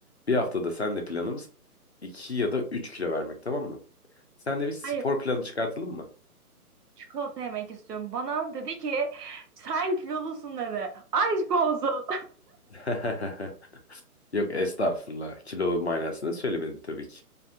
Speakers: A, on the left; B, on the right.
A: Bir haftada senle planımız 2 ya da 3 kilo vermek tamam mı? Senle bir spor
B: Hayır.
A: planı çıkartalım mı?
B: Çikolata yemek istiyorum. Bana dedi ki sen kilolusun dedi. Aşk olsun.
A: <laughs> Yok estağfurullah. Kilo manasında söylemedim tabii ki.